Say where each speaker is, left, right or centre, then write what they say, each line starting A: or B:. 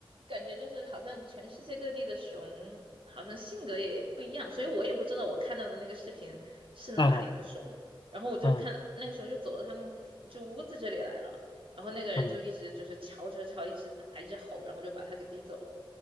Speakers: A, on the right (about 70°); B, on the left (about 50°).
A: 感觉就是好像全世界各地的熊好像性格也不一样，所以我也不知道我看到的那个视频是哪里的熊。
B: 啊
A: 然后我就看那个熊就走到他们就屋子这里来了，
B: 啊
A: 然后那个人就一直就是敲敲敲，
B: 啊，
A: 一直打，一直吼，然后就把他给逼走了。